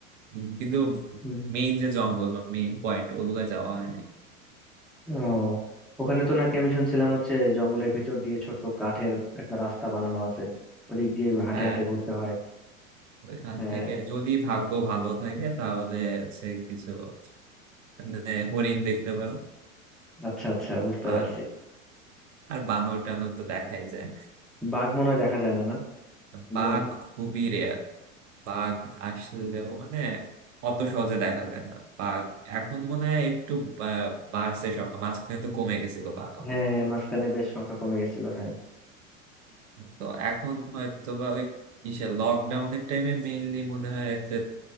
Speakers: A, on the right; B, in the centre.
A: উম, কিন্তু
B: হ্যাঁ
A: মেইন যে জঙ্গল বা মেইন পয়েন্ট ওগুলা যাওয়া হয়নি
B: ও ওখানে তো নাকি আমি শুনছিলাম হচ্ছে জঙ্গলের ভিতর দিয়ে ছোট্ট কাঠের একটা রাস্তা বানানো আছে ওদিক দিয়ে হাঁটে
A: হ্যাঁ
B: হাঁটে ঘুরতে হয়
A: ওইখান
B: হ্যাঁ
A: থেকে যদি ভাগ্য ভালো থাকে তাহলে হচ্ছে কিছু মানে হরিণ দেখতে পারো
B: আচ্ছা আচ্ছা বুঝতে পারছি
A: আর আর বানর টানর তো দেখাই যায়
B: বাঘ মনে হয় দেখা যায় না না সুন্দরবনে
A: বাঘ খুবই রেয়ার বাঘ আসলেও মানে অত সহজে দেখা যায় না বাঘ এখন মনে হয় একটু বা- বাড়ছে সংখ্যা মাঝখানে তো কমে গেছিল বাঘ অনেক
B: হ্যাঁ মাঝখানে বেশ সংখ্যা কমে গেছিল হ্যাঁ
A: তো এখন হয়তো বা ওই কিসে লকডাউনের টাইমে মেইনলি মনে হয় একটা